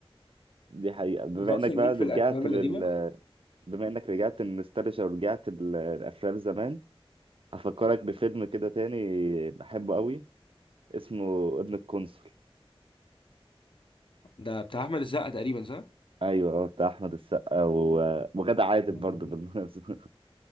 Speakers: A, on the right (about 60°); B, on the left (about 55°).
A: دي حقيقة بما
B: أنت أصلا
A: انك بقى
B: ليك
A: رجعت
B: في الأفلام
A: لل
B: القديمة
A: بما انك رجعت النوستالجيا ورجعت ال- الافلام زمان هفكرك بفيلم كده تاني بحبه قوي اسمه ابن القنصل
B: ده بتاع أحمد السقا تقريبا صح؟
A: ايوه هو بتاع احمد السقا و... وغادة عادل
B: مم.
A: برضه بالمناسبة